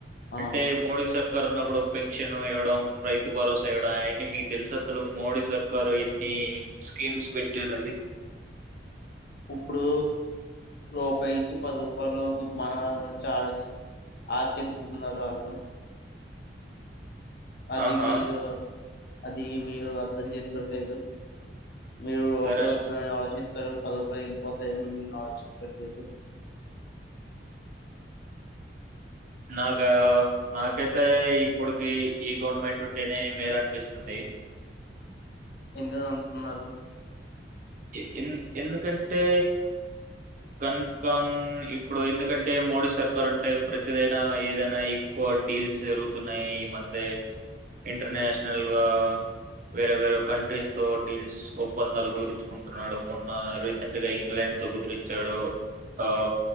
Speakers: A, on the left; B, on the right.
A: అవును
B: అంటే మోడీ సార్ కారోనా అప్పుడు పెన్షన్ ఇవ్వడం. రైతు భరోసా ఇవ్వడం. అవన్నీ మీకు తెలుస అసలు మోడీ సర్కారు ఎన్ని స్కీమ్స్ పెట్టారు అది.
A: ఇప్పుడు రూపాయి ఇచ్చి పది రూపాయలు మన చర్జ్ ఆ చెందుతున్నారు వాళ్ళు అది
B: ఆహా!
A: మీద అది మీరు అర్థం చేసుకోట్లేదు మీరు
B: సరే
A: ఉపయోగస్తు ఆలోచి పదిరుపాయలు వెళ్ళిపోతాన్ <unintelligible>
B: నాకా నాకైతే ఇప్పుడుకి ఈ గవర్నమెంట్ ఉంటేనే మేలు అనిపిస్తుంది
A: ఎందు అంటున్నారు
B: ఎ ఎందుకంటే కన్ఫాంగ్ ఇప్పుడు ఎందుకంటే మోడీ సర్కారు ఉంటే, ప్రతిదైనా ఏదైనా ఎక్కువ డీల్స్ జరుగుతున్నాయి. ఈ మధ్య ఇంటర్నేషనల్గా వేరే వేరే కంట్రీస్ తో డీల్స్ ఒప్పందాలు గురిచ్ అంటున్నాడు మన్న రీసెంట్ గా ఇంగ్లాండ్ తో కుదిరిచ్చాడు. ఆ